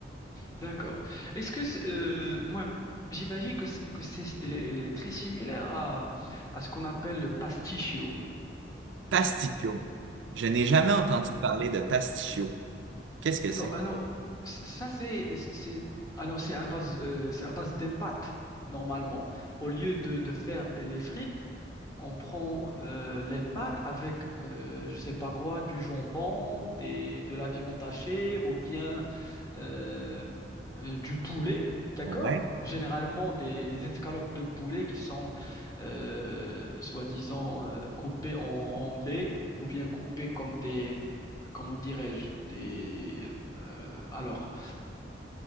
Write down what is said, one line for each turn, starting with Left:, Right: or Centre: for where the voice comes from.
Left: d'accord. Est-ce que c'est- euh, moi j'imagine que c'est que c'est elle est, elle est très similaire à à ce qu'on appelle le pasticcio.
Right: Pasticcio. Je n'ai jamais entendu parler de pasticcio. Qu'est-ce que
Left: Donc,
Right: c'est?
Left: alors, c- ça, c'est, c'est, alors, c'est à base, euh, c'est à base des pâtes, normalement. Au lieu de, de faire des- les frites, on prend euh, les pâtes avec, euh, je sais pas quoi, du jambon, des, de la viande hachée, ou bien euh, euh, du poulet, d'accord?
Right: Ouais,
Left: Généralement des, des escalopes de poulet qui sont euh, soi-disant euh, coupées en, en dés ou bien coupées comme des, comment dirais-je, des... euh, alors,